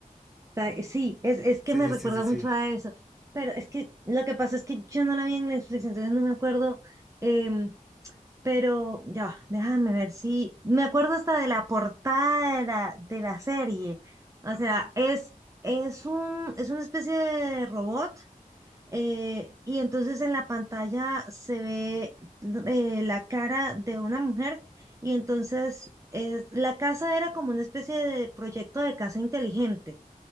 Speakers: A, on the right; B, in the centre.
A: Ta- Sí, es, es
B: Sí,
A: que me
B: sí,
A: recuerda
B: sí, sí, sí.
A: mucho a eso. Pero es que lo que pasa es que yo no la vi en Netflix, entonces no me acuerdo. em, pero ya va, déjame ver si. Me acuerdo hasta de la portada de la, de la serie. O sea, es, es un, es una especie de robot. eh, y entonces en la pantalla se ve eh, la cara de una mujer. Y entonces es- la casa era como una especie de proyecto de casa inteligente.